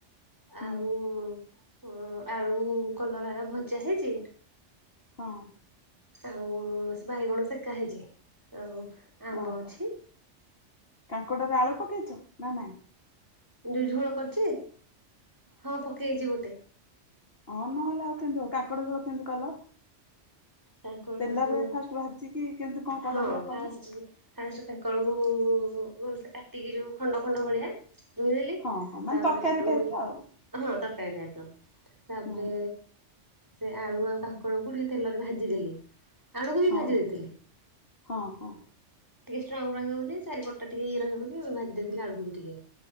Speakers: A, on the left (about 55°); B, on the right (about 15°).
A: ହୁଁ
B: ଆଉ ହଁ ଆଳୁ କଲରା ଭଜା ହେଇଛି।
A: ହଁ।
B: ଆଉ ସେ ବାଇଗଣ ସେକା ହେଇଚି ଆଉ ଆମ୍ବ
A: ଓହୋ
B: ଅଛି
A: କାଙ୍କଡରେ ଆଳୁ ପକେଇଛ ନା ନାଇଁ
B: ଷୋଉ ଝୋଳ କରିଛି। ହଁ ପକେଇଛି ଗୋଟେ।
A: ହଁ ନହେଲେ ଆଉ କେମତି ହବ କାଙ୍କଡ଼ ଝୋଳ କେମତି କଲ?
B: କାଙ୍କଡ଼
A: ତେଲରେ ଫାଷ୍ଟ ଭାଜିକି କେମତି କଣ କଲ
B: ହଁ
A: ଦେହା
B: ଫାଷ୍ଟ
A: କହିଲ।
B: ଫାଷ୍ଟ କାଙ୍କଳକୁ ଭଲସେ କାଟିକି ଯୋଉଁ ଖଣ୍ଡ ଖଣ୍ଡ ଭଳିଆ ରୋଇଦେଲି
A: ହଁ ହଁ ମାନେ
B: ତାପରେ
A: ତରକାରୀ
B: ହେଠୁ
A: ଟାଇପ୍
B: ହଁ
A: ର ଆଉ
B: ତରକାରୀ ଦାୟିତ୍ଵ ତାପରେ
A: ହୁଁ
B: ସେ ଆଳୁ ଆଉ କାଙ୍କଡ କୁ ଟିକେ ତେଲରେ ଭାଜି ଭାଜି ଦେଲି ଆଳୁକୁ ବି
A: ହଁ
B: ଭାଜି ଦେଇଥିଲି।
A: ହଁ ହଁ
B: ଟିକେ ଷ୍ଟ୍ରଙ୍ଗ ରହିବ ବୋଲି ଚାରିପଟା ଟିକେ ଇଏ ରହିବ ବୋଲି ଭାଜି ଦେଇଥିଲି ଆଳୁକୁ ବି ଟିକେ